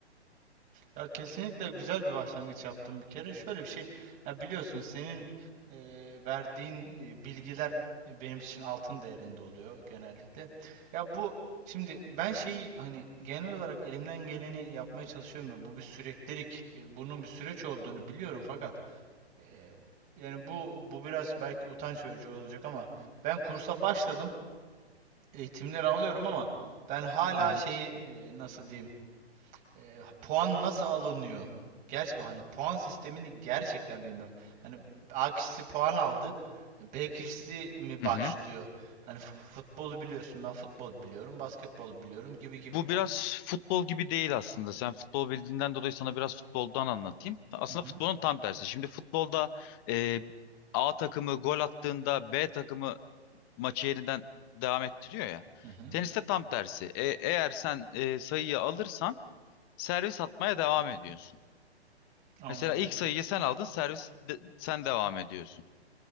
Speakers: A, on the right (about 25°); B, on the left (about 20°).
A: Ya kesinlikle güzel bir başlangıç yaptım bir kere. Şöyle bir şey, ya biliyorsun senin e, verdiğin e, bilgiler e, benim için altın değerinde oluyor genellikle. Ya bu şimdi ben şeyi hani genel olarak elimden geleni yapmaya çalışıyorum ve bu bir süreklilik, e, bunun bir süreç olduğunu biliyorum fakat e, yani bu bu biraz belki utanç verici olacak ama ben kursa başladım, eğitimleri alıyorum ama ben hala
B: Evet.
A: şeyi e, nasıl diyeyim? e, puan nasıl alınıyor? Gerçekten hani puan sistemini gerçekten bilmiyorum. Hani A kişisi puan aldı. B kişisi mi
B: Hı
A: başlıyor?
B: hı.
A: Hani fu- futbolu biliyorsun. Ben futbol biliyorum. Basketbol biliyorum gibi gibi.
B: Bu biraz futbol gibi değil aslında. Sen futbol bildiğinden dolayı sana biraz futboldan anlatayım. Aslında
A: Hı hı.
B: futbolun tam tersi. Şimdi futbolda e, A takımı gol attığında B takımı maçı yeniden devam ettiriyor ya.
A: Hı hı.
B: Teniste tam tersi. E, eğer sen e, sayıyı alırsan servis atmaya devam ediyorsun.
A: Anladım.
B: Mesela ilk sayıyı sen aldın, servis de- sen devam ediyorsun.